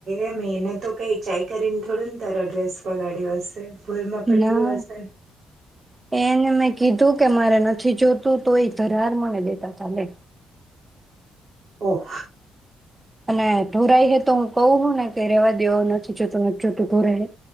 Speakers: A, on the right; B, on the right.
A: એમ એને તો કઈ <unintelligible> કરીને થોડુંન તારા ડ્રેસ બગડ્યો હશે. ભૂલમાં પડી
B: ના
A: ગયું હશે ને
B: <inaudible> એને મે કીધું કે મારે નથી જોતું તો એ ધરાર મને દેતા તાલે
A: ઓહ
B: અને ઢોરાઈ હે તો હું કવ હું ને કે રેવા દયો નથી જોતું નથ જોતું ધોરાઈ હ